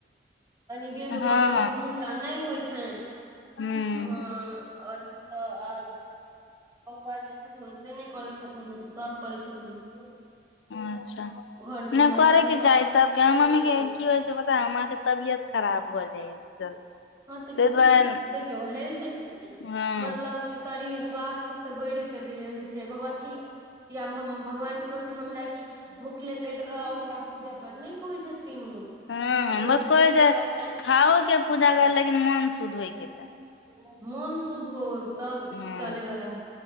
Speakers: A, on the right; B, on the left.
A: कनि वृद्ध
B: हँ
A: भऽ गेलखुुन का नै होइ छैन
B: हू।
A: हँ, आर तऽ आर बुआ जे छथुन से नहि करैत छथुन नहि तऽ सभ करैत छथुन।
B: अच्छा,
A: घरमे
B: नै
A: हमरा
B: करैके
A: घरमे
B: चाही। सभ मम्मीके कि होय छै, पता माँ के तबियत खराब भऽ जाय छै, जल्दी
A: हँ, तऽ
B: ताहि
A: कि
B: दुआरे
A: देखियौ हेल्थ
B: हँ
A: मतलब। कि शरीर स्वास्थ से बढ़ कऽ जे होइ छै, भगवती या हम भगवान कहै छै, हमरा कि भुखले पेट रह हमरा पूजा करने कऽ नै कहै छथिन ओ।
B: हँ,
A: ओ
B: बस
A: छथिन
B: कहै
A: पहिले
B: छै,
A: अपना
B: खाओके पूजा कर लेकिन मोन शुद्ध होय के त
A: मोन शुद्ध हो तऽ
B: हँ
A: चले वला है।